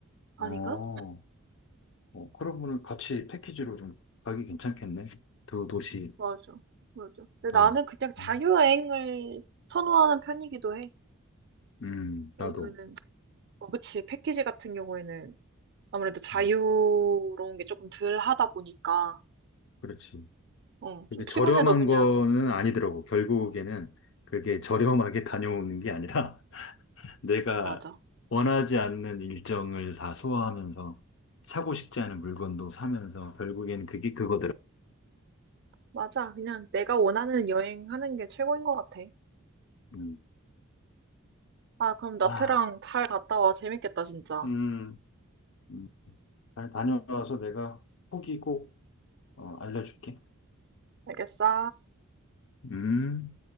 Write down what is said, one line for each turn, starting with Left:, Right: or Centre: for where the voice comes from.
Right: 아닌가?
Left: 어, 어, 그러면 같이 패키지로 좀 가기 괜찮겠네. 두 도시.
Right: 맞아, 맞아. 근데
Left: 아,
Right: 나는 그냥 자유여행을
Left: 음,
Right: 선호하는 편이기도 해.
Left: 음,
Right: 왜냐면은,
Left: 나도.
Right: 어, 그치, 패키지 같은 경우에는 아무래도 자유로운
Left: 음,
Right: 게 조금 덜 하다 보니까,
Left: 그렇지.
Right: 어,
Left: 그게
Right: 좀 피곤해도
Left: 저렴한
Right: 그냥,
Left: 거는 아니더라고. 결국에는 그게 저렴하게 다녀오는 게 아니라 <laughs> 내가
Right: 맞아.
Left: 원하지 않는 일정을 다 소화하면서 사고 싶지 않은 물건도 사면서 결국엔 그게 그거더라고.
Right: 맞아. 그냥 내가 원하는 여행 하는 게 최고인 것 같아.
Left: 음.
Right: 아, 그럼 나트랑
Left: 아,
Right: 잘 갔다 와. 재밌겠다, 진짜.
Left: 음, 음, 잘 다녀와서 내가 후기 꼭 어, 알려줄게.
Right: 알겠어.
Left: 음.